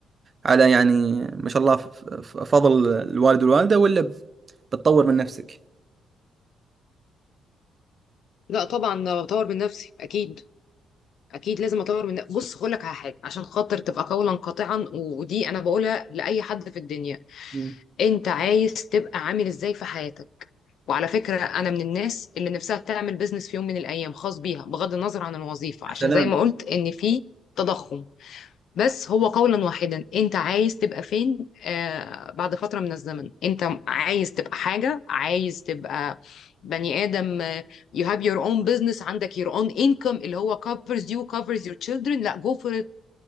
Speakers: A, on the right (about 40°); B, on the left (about 70°).
A: على يعني ما شاء الله ف... ف- فضل الوالد والوالده ولا بتطور من نفسك
B: لا طبعا بطور من نفسي اكيد اكيد لازم اطور من بص هقول لك على حاجه عشان خاطر تبقى قولا قاطعا و- ودي انا بقولها لاي حد في الدنيا
A: مم.
B: انت عايز تبقى عامل ازاي في حياتك وعلى فكرة انا من الناس اللي نفسها تعمل بيزنس في يوم من الايام خاص بيها بغض النظر عن الوظيفة عشان
A: يا سلام
B: زي ما قلت ان في تضخم بس هو قولا واحدا انت عايز تبقى فين آه بعد فترة من الزمن انت عايز تبقى حاجة عايز تبقى بني آدم آه، you have your own business عندك your own income اللي هو covers you covers your children لا go for